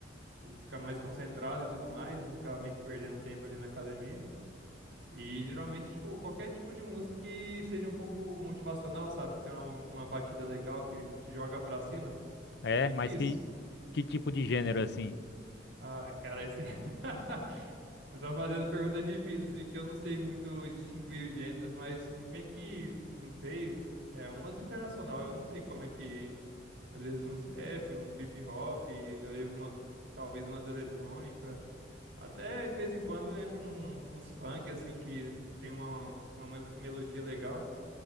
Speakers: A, on the right; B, on the left.
A: tipo, ficar mais concentrado e tudo mais, não ficar meio que perdendo tempo ali na academia. E geralmente, tipo, qualquer tipo de música que seja um pouco motivacional, sabe? Que tem uma, uma batida legal que te joga pra cima.
B: É,
A: E
B: mas
A: que isso.
B: que, que tipo de gênero assim?
A: Ai, cara, esse. <laughs> Você tá fazendo pergunta difícil, assim, que eu não sei muito distinguir os gêneros, mas meio que, não sei, é umas internacional, eu não sei como é que, às vezes uns rap, um hip hop, e às vezes uma, talvez umas eletrônica, até de vez em quando entra um, uns funk, assim, que tem uma, uma mel- melodia legal,